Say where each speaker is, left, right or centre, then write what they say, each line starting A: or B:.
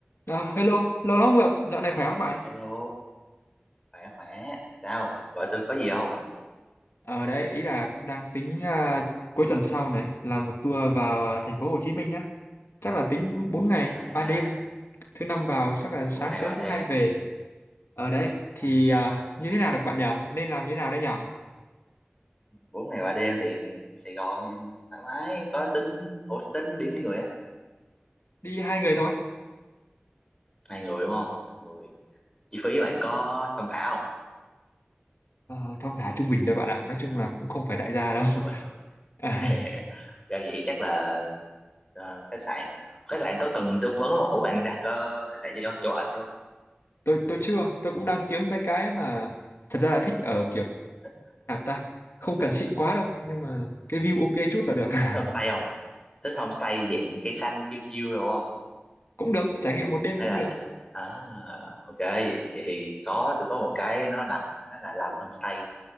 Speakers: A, on the left; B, on the left.
A: À, hello, lâu lắm không gặp, dạo này khỏe không bạn?
B: Hello, khỏe khỏe. Sao? Gọi tôi có gì không?
A: Ở đấy, ý là cũng đang tính à, cuối tuần sau này làm một tour vào à, thành phố Hồ Chí Minh nhá. Chắc là tính 4 ngày,
B: À,
A: 3 đêm, thứ năm vào chắc là sáng
B: bốn ngày
A: sớm
B: ba đêm.
A: thứ hai về. Ở đấy thì
B: À,
A: à, như thế nào được bạn nhỉ? Nên làm như thế nào đây nhỉ?
B: bốn ngày ba đêm thì Sài Gòn thì thoải mái. Có tính, ủa tính đi mấy người á?
A: Đi hai người thôi.
B: Hai người đúng không? Hai người. ok. Chi phí bạn có thông thả không?
A: Ờ, thong thả trung bình thôi bạn ạ. Nói chung là cũng không phải đại
B: À,
A: gia
B: chúng
A: đâu.
B: mình chúng
A: <laughs>
B: mình. ok.
A: À,
B: <laughs> Ra vậy thì chắc là ờ, khách sạn. Khách sạn có cần tư vấn không? Ủa bạn đặt ờ, khách sạn chưa? Chưa ở chưa?
A: tôi tôi chưa, tôi cũng đang kiếm mấy cái mà thật ra là thích ở
B: Chưa đúng không?
A: kiểu
B: Thích, thích,
A: nào ta không cần xịn quá đâu, nhưng mà cái view ok chút là được. <laughs>
B: thích homestay không? Thích homestay dạng cây xanh chiêu chiêu rồi
A: Cũng được, trải nghiệm một đêm
B: hay
A: cũng
B: là
A: được.
B: thích à ok vậy, vậy thì có tôi có một cái nó lành nó là lành homestay